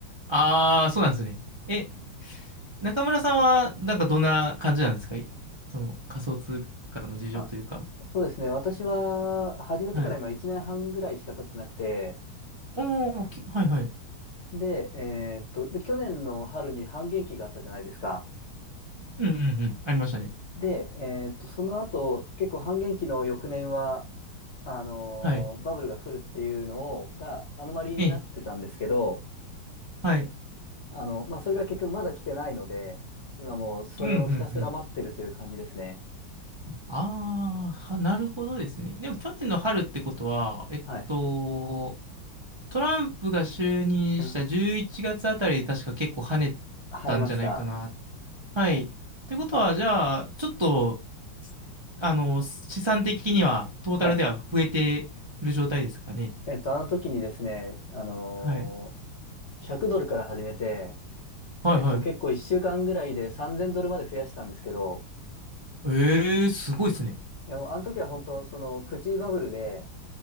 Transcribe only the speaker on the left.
あそうですね。私は始めてから今1年半ぐらいしか経ってなくて、
で、えーっと、去年の春に半減期があったじゃないですか。
で、えーっと、その後、結構半減期の翌年は、あのーバブルが来るっていうのをがアノマリーになってたんですけど、
あの、まあ、それが結局まだ来てないので、今もうそれをひたすら待ってるという感じですね。
はい。
うん。跳ねました。
あ、
はい。えっと、あの時にですね、あのー
100ドルから始めて、
えっと、結構1週間ぐらいで3000ドルまで増やしたんですけど、
でもあの時は本当、そのプチバブルで、